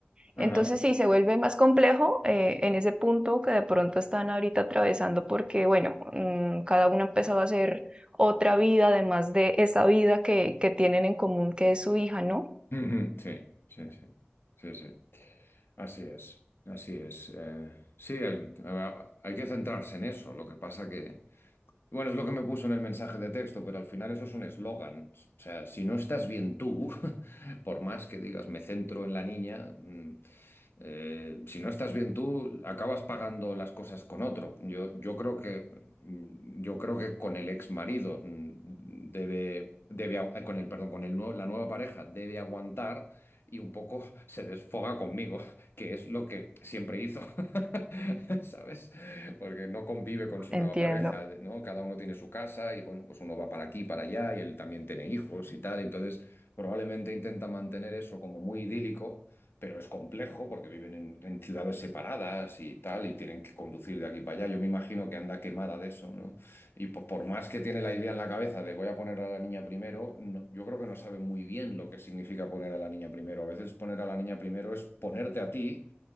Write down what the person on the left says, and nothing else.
Ajá.
Ujú, Sí, sí, sí, sí, sí. Así es, así es. Eh, sí, el- a- hay que centrarse en eso. Lo que pasa que, bueno, es lo que me puso en el mensaje de texto, pero al final eso es un eslogan. O sea, si no estás bien tú, <laughs> por más que digas me centro en la niña, mm, eh, si no estás bien tú, acabas pagando las cosas con otro. Yo, yo creo que, mm, yo creo que con el ex marido mm, debe, debe, agu- eh, con el, perdón, con el nuevo- la nueva pareja debe aguantar y un poco <laughs> se desfoga conmigo, que es lo que siempre hizo, <laughs> ¿sabes? porque no convive con su
nueva pareja, ¿no? Cada uno tiene su casa y bueno, pues uno va para aquí, para allá y él también tiene hijos y tal, entonces probablemente intenta mantener eso como muy idílico, pero es complejo porque viven en, en ciudades separadas y tal y tienen que conducir de aquí para allá. Yo me imagino que anda quemada de eso, ¿no? Y po- por, más que tiene la idea en la cabeza de voy a poner a la niña primero, no- yo creo que no sabe muy bien lo que significa poner a la niña primero. A veces poner a la niña primero es ponerte a ti